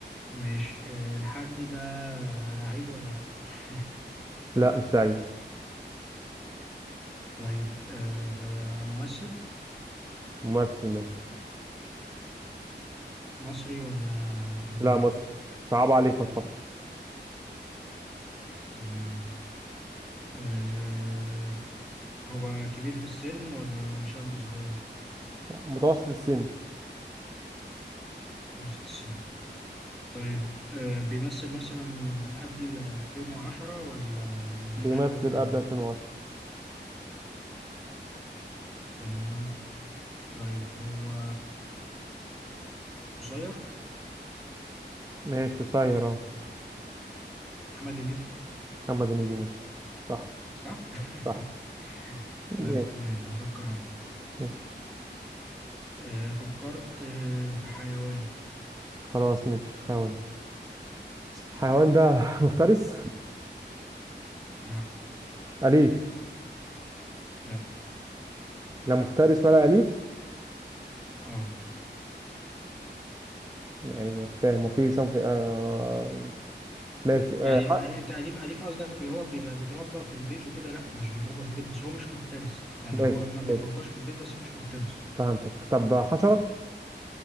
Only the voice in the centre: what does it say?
ماشي آه، الحد ده لعيب ولا لأ؟ <laughs>
طيب آه، ممثل
مصري ولا أجنبي؟
تمام آه، هو كبير في السن ولا شاب صغير؟
متوسط السن طيب آه، بيمثل مثلا من قبل 2010 ولا ملوش
حاجة؟
تمام طيب هو قصير
محمد هنيدي
صح؟ <laughs>
طيب تمام هفكر أنا
آه، فكرت آه، في حيوان
لا
لا
اه
يعني
أل- التأليف أليف قصدك اللي هو بيبقى بيتربى في البيت وكده لا مش بيتربى في البيت بس هو مش مفترس يعني
هو ما
بيترباش في البيت بس مش مفترس